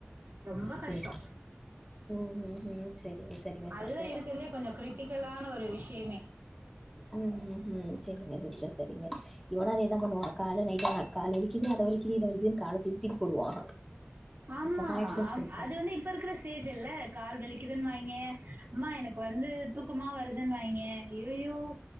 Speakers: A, on the right; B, in the centre.
A: ரொம்ப கஷ்ட
B: செரி ம் ம் ம் செரிங்க செரிங்க
A: அதுதா
B: சிஸ்டர்
A: இருக்குறதுலயே கொஞ்சோ க்ரிட்டிக்கலான ஒரு விஷ்யமே
B: ம் ஹூ ஹூ ம் செரிங்க சிஸ்டர் செரிங்க இவனு அதேதா பண்ணுவா கால்ல நைட்டானா கால் வலிக்குது அத வலிக்குது இத வலிக்குதுன் கால தூக்கி தூக்கி போடுவா
A: ஆமா
B: அப்பதா ஆக்ஷன்ஸ்
A: அ
B: குடுப்பா
A: அது வந்து இப்ப இருக்குற ச் ஸ்டேஜ் இல்ல கால் வலிக்குதுன் வாய்ங்க அம்மா எனக்கு வந்து தூக்கமா வருதுன் வாய்ங்க ஐயய்யோ